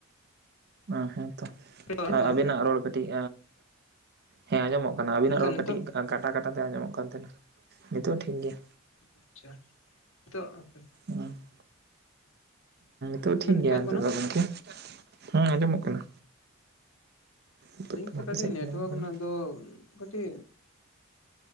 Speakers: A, on the right; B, on the left.
A: ᱚ ᱦᱮᱸ ᱛᱚ
B: ᱟᱸᱡᱚᱢᱚᱜ
A: ᱟᱨ
B: ᱠᱟᱱᱟ
A: ᱟᱹᱵᱤᱱᱟᱜ ᱨᱚᱲ ᱠᱟᱹᱴᱤᱡ ᱦᱮᱸ ᱟᱸᱡᱚᱢᱚᱜ ᱠᱟᱱᱟ ᱟᱹᱵᱤᱱᱟᱜ
B: ᱱᱤᱛᱚᱜ
A: ᱨᱚᱲ
B: ᱱᱤᱛᱚᱜ
A: ᱠᱟᱹᱴᱤᱡ ᱠᱟᱴᱟ ᱠᱟᱴᱟ ᱛᱮ ᱟᱸᱡᱚᱢᱚᱜ ᱠᱟᱱ ᱛᱟᱦᱮᱸᱱᱟ ᱱᱤᱛᱚᱜ ᱴᱷᱤᱠ ᱜᱮᱭᱟ
B: ᱟᱪᱪᱷᱟ ᱱᱤᱛᱚᱜ <inaudible>
A: ᱦᱩᱸ <inaudible> ᱱᱤᱛᱚᱜ
B: ᱜᱚᱝᱠᱮ
A: ᱴᱷᱤᱠ ᱜᱮᱭᱟ
B: ᱟᱸᱡᱚᱢᱚᱜ
A: ᱱᱤᱛᱚᱜ
B: ᱠᱟᱱᱟ
A: ᱜᱚᱢᱠᱮ ᱦᱮᱸ ᱟᱸᱡᱚᱢᱚᱜ ᱠᱟᱱᱟ ᱱᱤᱛᱚᱜ
B: ᱟᱞᱧ
A: ᱫᱚ
B: ᱥᱮᱫ
A: ᱵᱷᱟᱜᱤ
B: ᱠᱟᱹᱴᱤᱡ
A: ᱥᱟᱺᱦᱤᱡ
B: ᱱᱮᱴᱚᱣᱟᱨᱠ
A: ᱟᱸᱡᱚᱢᱚᱜ ᱠᱟᱱᱟ
B: ᱨᱮᱱᱟᱜ ᱫᱚ ᱠᱟᱹᱴᱤᱡ